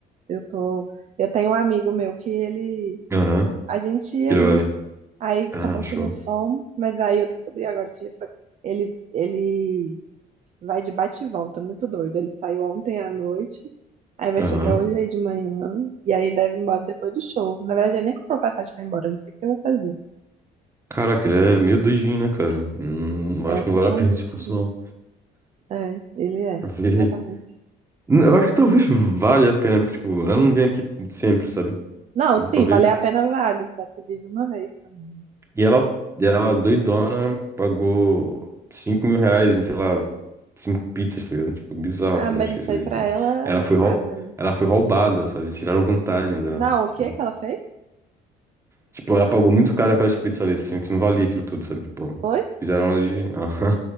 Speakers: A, on the right; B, on the right.
A: Eu tô, eu tenho um amigo meu que ele,
B: Aham,
A: a gente ia
B: que
A: aí
B: ele vai.
A: aí
B: Ah,
A: acabou
B: show.
A: que não fomos, mas aí eu descobri agora que ele foi, ele, ele vai de bate e volta, muito doido. Ele saiu ontem à noite, aí vai
B: Aham.
A: chegar hoje aí de manhã, e aí ele deve ir embora depois do show. Na verdade, ele nem comprou passagem pra ir embora, eu não sei o que eu vou fazer.
B: Caraca, ele é meio doidinho, né, cara? Hum,
A: É
B: acho que
A: totalmente
B: não vale a pena <laughs> se fosse
A: doido.
B: não.
A: É, ele é,
B: <laughs>
A: completamente.
B: N- Eu acho que talvez valha a pena, porque, tipo, ela não vem aqui sempre, sabe?
A: Não,
B: Então,
A: sim,
B: talvez...
A: valer a pena vale, só se vive uma vez também.
B: E ela, e ela doidona, pagou cinco mil reais em, sei lá, cinco pizzas, tá ligado? Tipo, bizarro,
A: Ah,
B: você
A: mas
B: não acha
A: isso
B: isso
A: aí
B: daí,
A: pra
B: cara.
A: ela
B: Ela
A: não
B: foi,
A: é nada.
B: rou...
A: né?
B: ela foi roubada, sabe? Tiraram vantagem dela,
A: Não, o que
B: sabe?
A: que ela fez?
B: Tipo, ela pagou muito caro naquelas pizzas ali, assim, que não valia aquilo tudo, sabe? Tipo,
A: Foi?
B: fizeram ela de... <laughs> Aham.